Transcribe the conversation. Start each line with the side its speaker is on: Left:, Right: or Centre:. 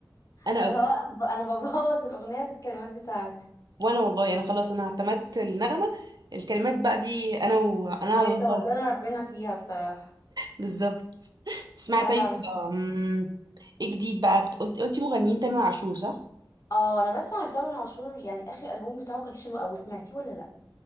Right: انا
Left: اللي
Right: قوي
Left: هو انا ب- أنا ببوظ الأغنية بالكلمات بتاعتي
Right: وانا والله انا خلاص انا اعتمدت النغمه الكلمات بقى دي انا وانا على
Left: اه يتولى
Right: الله
Left: ربنا فيها بصراحة
Right: بالظبط تسمعي
Left: انا
Right: طيب
Left: بعمل كده
Right: أم، ايه جديد بقى بت- قلتي قلتي مغنيين تامر عاشور صح
Left: اه انا بسمع لتامر عاشور يعني اخر ألبوم بتاعه كان حلو اوي سمعتيه ولا لا